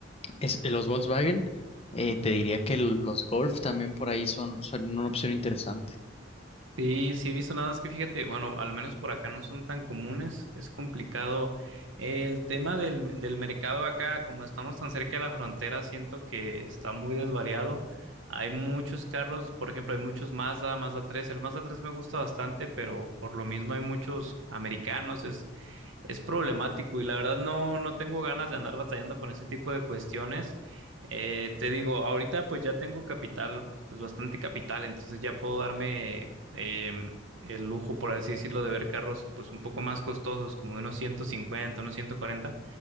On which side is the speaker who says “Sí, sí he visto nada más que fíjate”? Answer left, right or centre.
Right